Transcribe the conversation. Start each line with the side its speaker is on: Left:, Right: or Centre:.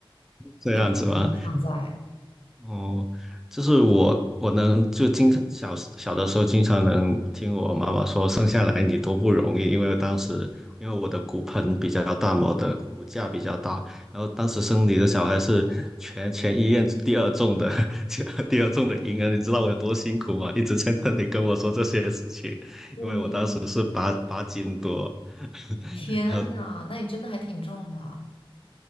Centre: 这样子吗？
Left: 有影响在。
Centre: 哦，就是我，我能就经常小小的时候经常能听我妈妈说生下来你多不容易，因为当时因为我的骨盆比较大嘛，我的骨架比较大，然后当时生你的小孩是全全医院第二重的，<laughs> 第二第二重的婴儿，你知道我有多辛苦吗？一直在那里跟我说这些事情，
Left: 我明白，
Centre: 因为我当时是八八斤多，<laughs>
Left: 天呐，
Centre: 然后。
Left: 那你真的还挺重的。